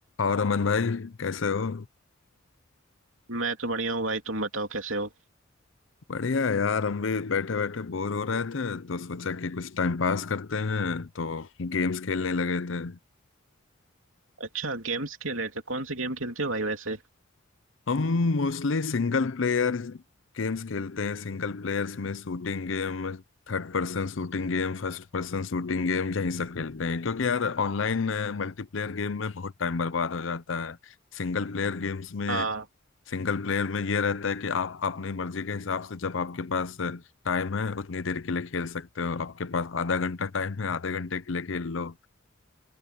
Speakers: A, on the left; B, on the right.
A: और अमन भाई कैसे हो
B: मैं तो बढ़िया हूँ भाई तुम बताओ कैसे हो
A: बढ़िया है यार हम भी बैठे बैठे बोर हो रहे थे तो सोचा कि कुछ टाइम पास करते हैं तो गेम्स खेलने लगे थे
B: अच्छा गेम्स खेल रहे थे कौन से गेम खेलते हो भाई वैसे
A: हम मोस्टली सिंगल प्लेयर गेम्स खेलते हैं सिंगल प्लेयर्स में shooting game third person shooting game first person shooting game यही सब खेलते हैं क्योंकि यार ऑनलाइन मल्टीप्लेयर गेम में बहुत टाइम बर्बाद हो जाता है सिंगल प्लेयर गेम्स में
B: हाँ
A: सिंगल प्लेयर में ये रहता है कि आप अपनी मर्जी के हिसाब से जब आपके पास टाइम है उतनी देर के लिए खेल सकते हो आपके पास आधा घंटा टाइम है आधे घंटे के लिए खेल लो